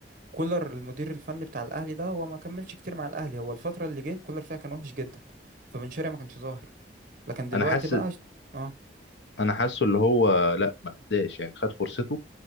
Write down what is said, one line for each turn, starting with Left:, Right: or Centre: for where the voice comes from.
Right: كولر المدير الفني بتاع الاهلي ده هو ما كملش كتير مع الاهلي هو الفتره اللي جه كولر فيها كان وحش جدا فبن شرقي ما كانش ظاهر لكن دلوقتي
Left: انا حاسس
Right: بقى اه
Left: انا حاسه اللي هو لا ما اداش يعني خد فرصته